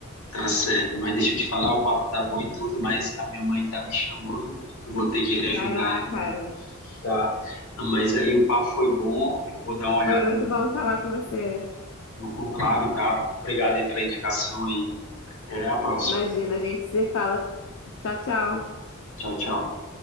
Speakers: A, on the left; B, on the left.
A: Tá certo, mas deixa eu te falar, o papo tá bom e tudo, mas a minha mãe tá me chamando, eu vou ter que ir
B: Vai
A: ajudar
B: lá,
A: ela no,
B: cara.
A: tá? Mas aí o papo foi bom, eu vou dar uma olhada
B: Foi muito
A: no,
B: bom falar com você.
A: no, no conclave, tá? Obrigado aí pela indicação e até a próxima.
B: Imagina, a gente se fala. Tchau, tchau.
A: Tchau, tchau.